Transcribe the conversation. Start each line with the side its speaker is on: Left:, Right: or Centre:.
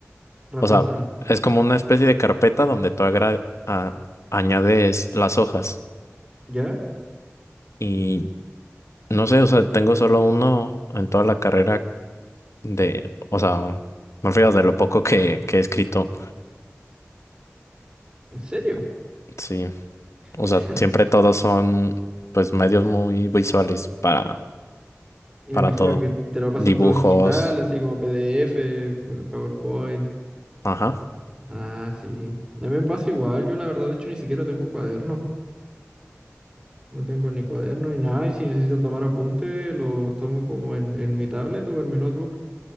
Right: realmente
Left: O sea,
Right: no.
Left: es como una especie de carpeta donde tú agra- a- añades las hojas.
Right: ¿Ya?
Left: Y no sé, o sea, tengo solo uno en toda la carrera de, o sea, me refiero de lo poco que, que he escrito.
Right: ¿En serio?
Left: Sí, o
Right: <laughs>
Left: sea, siempre todos son, pues, medios muy visuales para
Right: Y me
Left: para
Right: imagino
Left: todo.
Right: que te lo pasan
Left: Dibujos.
Right: todo digital, así como PDF, PowerPoint.
Left: Ajá.
Right: Ah, sí. A mí me pasa igual. Yo la verdad, de hecho, ni siquiera tengo cuaderno. No tengo ni cuaderno ni nada. Y si necesito tomar apunte, los tomo como en, en mi tablet o en mi notebook.